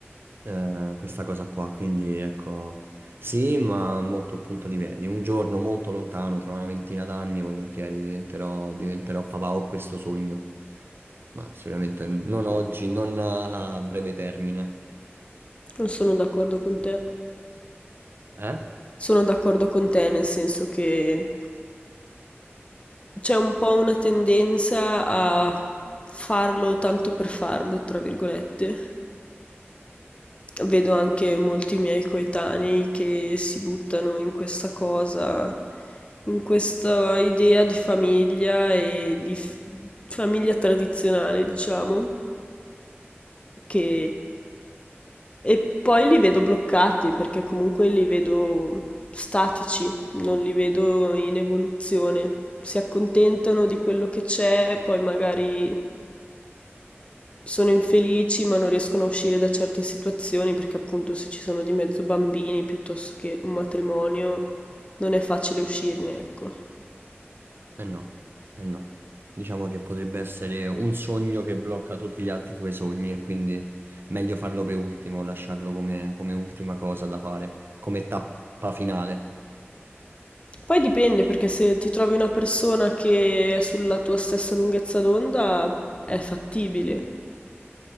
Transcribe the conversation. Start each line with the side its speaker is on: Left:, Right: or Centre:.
Right: eh, questa cosa qua, quindi ecco, sì, ma molto a punto di piedi. Un giorno molto lontano, tra una ventina d'anni, volentieri diventerò, diventerò papà, ho questo sogno, ma sicuramente non oggi, non a a breve termine.
Left: Non sono d'accordo con te.
Right: Eh?
Left: Sono d'accordo con te, nel senso che c'è un po' una tendenza a farlo tanto per farlo, tra virgolette. Vedo anche molti miei coetanei che si buttano in questa cosa, in questa idea di famiglia e di f- famiglia tradizionale, diciamo. Che e poi li vedo bloccati perché comunque li vedo statici, non li vedo in evoluzione. Si accontentano di quello che c'è, poi magari sono infelici ma non riescono a uscire da certe situazioni perché appunto se ci sono di mezzo bambini piuttosto che un matrimonio non è facile uscirne, ecco.
Right: Eh no, eh no. Diciamo che potrebbe essere un sogno che blocca tutti gli altri tuoi sogni e quindi meglio farlo per ultimo, lasciarlo come, come ultima cosa da fare, come tappa finale,
Left: Poi dipende perché se ti trovi una persona che è sulla tua stessa lunghezza d'onda è fattibile.